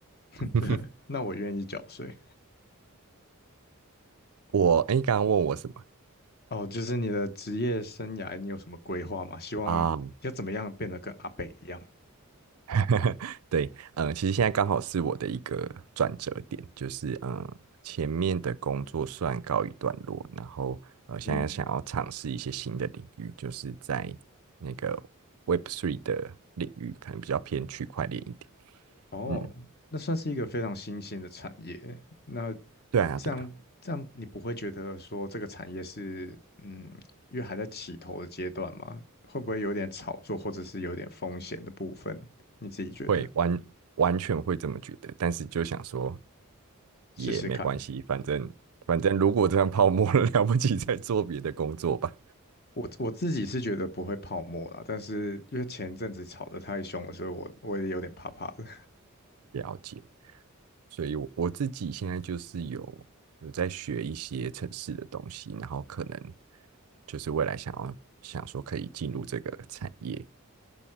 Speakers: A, on the left; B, on the right.
A: <laughs>
B: <laughs>
A: 对，那我愿意缴税。
B: 我哎，
A: 哇，
B: 诶刚刚问我什么
A: 哦，就是你的职业生涯，你有什么规划吗？希望要怎么样变得跟阿北一样？
B: 啊？<laughs> 对，嗯、呃其实现在刚好是我的一个转折点，就是嗯、呃前面的工作算告一段落，然后呃，现在想要尝试一些新的领域，
A: 嗯。
B: 就是在那个 Web Three 的领域，可能比较偏区块链一点。
A: 哦，
B: 嗯，
A: 那算是一个非常新兴的产业。那
B: 对啊，
A: 这样这样，
B: 对啊，
A: 你不会觉得说这个产业是嗯，因为还在起头的阶段吗？会不会有点炒作，或者是有点风险的部分？你自己觉得？
B: 会完完全会这么觉得，但是就想说，也没关系，
A: 试试看。
B: 反正反正如果这样泡沫了，<laughs> 了不起再做别的工作吧。
A: 我我自己是觉得不会泡沫啦，但是因为前一阵子炒得太凶了，所以我我也有点怕怕的。
B: 了解，所以我我自己现在就是有有在学一些城市的东西，然后可能就是未来想要想说可以进入这个产业